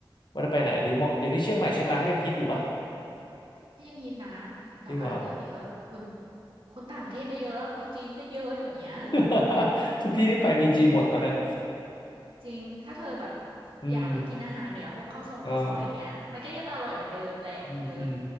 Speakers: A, on the left; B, on the right.
A: ว่าจะไปไหนดีเหมาะเดี๋ยวนี้เชียงใหม่เชียงรายเขายังฮิตอยู่ปะ
B: อืมก็ยังฮิตนะแต่ว่าเดี๋ยวนี้ก็คน
A: จริงเหรอ
B: คนต่างประเทศก็เยอะคนจีนก็เยอะเดี๋ยวเนี้ย
A: <laughs> ทุกที่ที่ไปมีจีนหมดตอนเนี้ย
B: อืม จริง ถ้าเธอแบบ
A: อืม
B: อยากมากินอาหารเหนือพวกข้าวซองข้าวซอยอย่างเงี้ยมันก็ยังอร่อยเหมือนเดิมแหละเธอ
A: อ่าอืมอืม